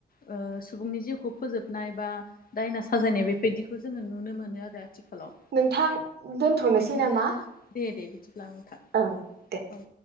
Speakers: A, on the left (about 55°); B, on the right (about 65°).
A: ओ सुबुंनि जिउखौ फोजोबनाय बा दायना साजायनाय बेफबायदि खौ जोङो नुनो मोनो आरो आथिखालाव।
B: नोंथां दोनथ'नोसै
A: बिदिब्ला
B: नामा
A: दे दे बिदि ब्ला नोंथां
B: ओं दे
A: औ।